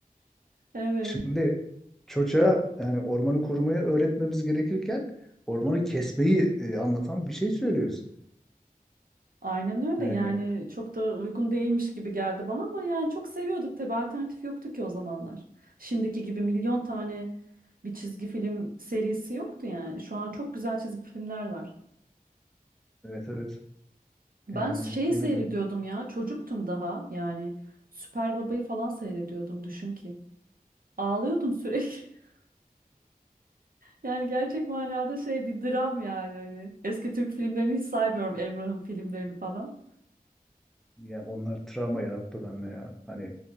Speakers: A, on the right; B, in the centre.
A: Evet.
B: Şimdi çocuğa yani ormanı korumayı öğretmemiz gerekirken ormanı kesmeyi e, anlatan bir şey söylüyoruz.
A: Aynen öyle
B: Yani
A: yani çok da uygun değilmiş gibi geldi bana ama yani çok seviyorduk tabii alternatif yoktu ki o zamanlar. Şimdiki gibi milyon tane bir çizgi film serisi yoktu yani. Şu an çok güzel çizgi filmler var.
B: evet evet
A: Ben
B: yani
A: şey
B: ne
A: seyrediyordum
B: bileyim
A: ya çocuktum daha yani Süper Baba'yı falan seyrediyordum düşün ki. Ağlıyordum sürekli. <laughs> Yani gerçek manada şey bir dram yani hani. Eski Türk filmlerini hiç saymıyorum Emrah'ın filmlerini falan.
B: ya onlar travma yarattı bende ya. Hani